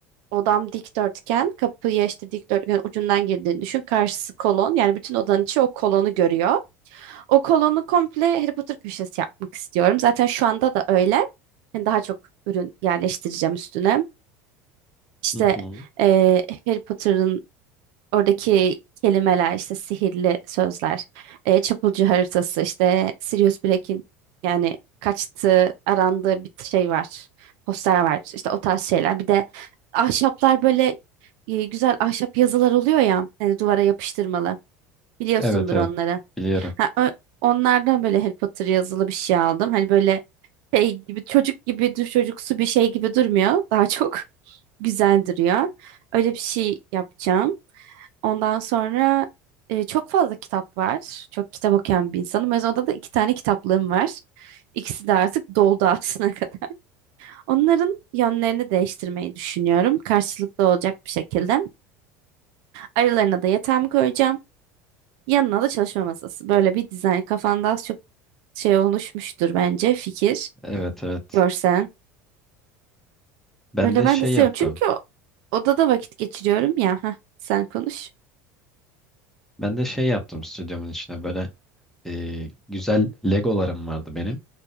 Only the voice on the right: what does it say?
odam dikdörtgen, kapıya işte dikdörtgen ucundan girdiğini düşün. Karşısı kolon. Yani bütün odanın içi o kolonu görüyor. O kolonu komple Harry Potter köşesi yapmak istiyorum. Zaten şu anda da öyle. Yani daha çok ürün yerleştireceğim üstüne. İşte
eee Harry Potter'ın oradaki kelimeler, işte sihirli sözler, eee çapulcu haritası, işte Sirius Black'in yani kaçtığı, arandığı bir şey var, poster var, işte o tarz şeyler. Bir de ahşaplar böyle e, güzel ahşap yazılar oluyor ya, e, duvara yapıştırmalı. Biliyorsundur
onları.
Ha, ö- onlardan böyle Harry Potter yazılı bir şey aldım. Hani böyle şey gibi çocuk gibi dur çocuksu bir şey gibi durmuyor. Daha çok <laughs> güzel duruyor. Öyle bir şey yapacağım. Ondan sonra e, çok fazla kitap var. Çok kitap okuyan bir insanım. O yüzden odada da iki tane kitaplığım var. İkisi de artık doldu aslına <laughs> kadar. Onların yönlerini değiştirmeyi düşünüyorum. Karşılıklı olacak bir şekilde. Aralarına da yatağımı koyacağım. Yanına da çalışma masası. Böyle bir dizayn. Kafanda az çok şey oluşmuştur bence fikir.
Görsen.
Öyle
ben
de seviyorum.
Çünkü o- odada vakit geçiriyorum ya. Heh, sen konuş.